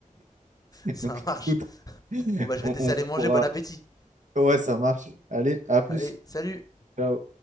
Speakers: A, on the right; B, on the left.
A: <laughs>
B: Ça
A: Donc,
B: marche.
A: écoute,
B: Bon, bah, je
A: on,
B: vais tester
A: on
B: aller
A: on
B: manger,
A: pourra.
B: bon appétit.
A: Ouais, ça marche. Allez, à plus.
B: Allez, salut
A: Ciao.